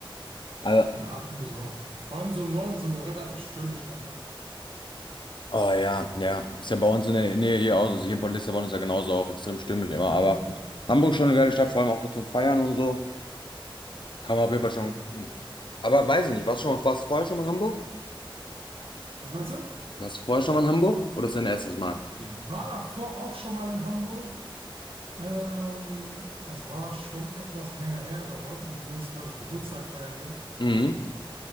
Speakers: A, on the left; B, on the right.
A: Also
B: ja, finde ich auch. Vor allem so im Norden ist das eine relativ schöne Stadt, ne?
A: Oh ja, ja. Ist ja bei uns in der Nähe hier auch. Also hier in Bonn Lissabon ist ja genauso auch extrem stimmig immer. Aber Hamburg schon eine geile Stadt, vor allem auch so zum Feiern und so. Kann man auf jeden Fall
B: Ja,
A: schon
B: Glöckchen.
A: gut hin. Aber weiß ich nicht, warst du schon mal, warst du vorher schon mal in Hamburg?
B: Also meinst du?
A: Warst du vorher schon mal in Hamburg? Oder ist das dein erstes Mal?
B: Ich war davor auch schon mal in Hamburg. Ähm, das war schon etwas länger her. Da wollten die Jungs, glaube ich, Geburtstag feiern gehen.
A: Mhm.